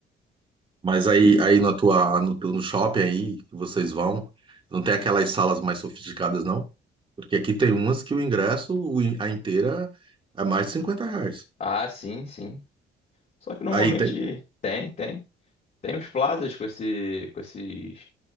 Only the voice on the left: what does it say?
Ah, sim, sim. Só que normalmente
tem, tem. Tem os plazas com esse, com esses